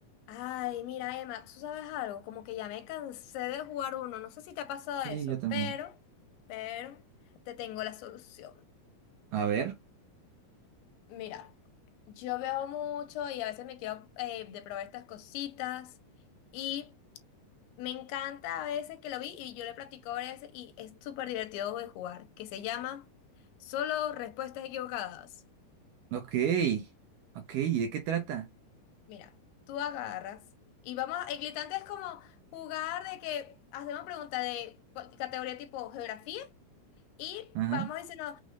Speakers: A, on the left; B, on the right.
A: Ay, mira, Emma, tú sabes algo, como que ya me cansé de jugar uno, no sé si te ha pasado
B: Sí,
A: eso,
B: yo también.
A: pero, pero, te tengo la solución.
B: A ver,
A: Mira, yo veo mucho y a veces me quedo eh, de probar estas cositas y me encanta a veces que lo vi y yo le platico a veces y es súper divertido de jugar, que se llama Solo Respuestas Equivocadas.
B: ok, ok, ¿y de qué trata?
A: Mira, tú agarras y vamos, a- el glitante es como jugar de que hacemos preguntas de cu- categoría tipo geografía y
B: Ajá.
A: vamos diciendo,